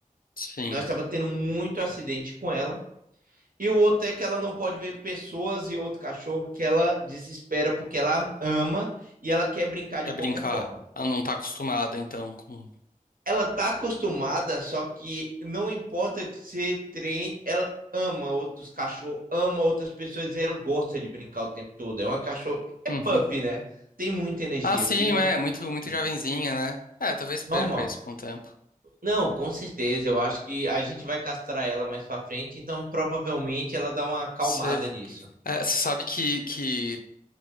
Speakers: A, on the left (about 80°); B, on the right (about 75°).
A: Sim.
B: Nós estava tendo muito acidente com ela. E o outro é que ela não pode ver pessoas e outro cachorro que ela desespera porque ela ama e ela quer brincar de
A: É brincar.
B: qualquer forma.
A: Ela não tá acostumada, então, com...
B: ela tá acostumada, só que não importa que você treine, ela ama outros cachorros, ama outras pessoas, e ela gosta de brincar o tempo todo. É uma cachorra, é
A: Uhum.
B: pup, né? Tem muita energia,
A: Ah, sim,
B: filhote
A: é, muito,
B: não tem
A: muito
B: muito.
A: jovenzinha, né? É, talvez
B: Normal.
A: perca isso com o tempo.
B: Não, com certeza, eu acho que a gente vai castrar ela mais pra frente, então provavelmente ela dá uma acalmada
A: Você
B: nisso.
A: é, você sabe que, que